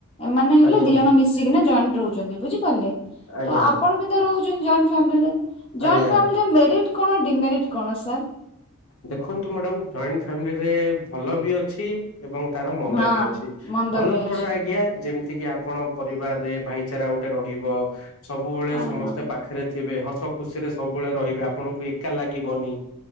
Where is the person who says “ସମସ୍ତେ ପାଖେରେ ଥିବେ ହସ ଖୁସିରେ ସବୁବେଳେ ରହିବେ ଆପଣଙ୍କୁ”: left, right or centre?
Left